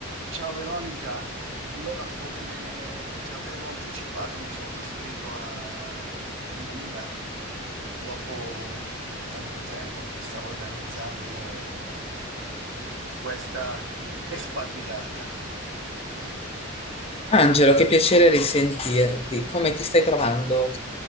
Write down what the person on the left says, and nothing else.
Angelo, che piacere risentirti. Come ti stai trovando